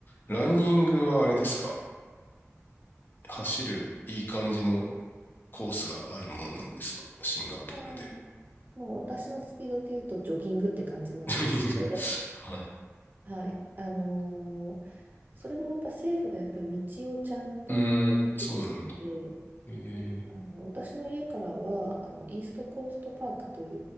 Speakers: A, on the left; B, on the right.
A: ランニングはあれですか走るいい感じのコースがあるもんなんですかシンガポールで。
B: あーもう私のスピードで言うとジョギングって感じなんですけど、
A: <laughs> はい。
B: はい。あのーそれもやっぱ政府がやっぱり道をちゃんと整備してて、
A: うーん、そうなんだ。えー、
B: あの私の家からはあのイーストコーストパークとい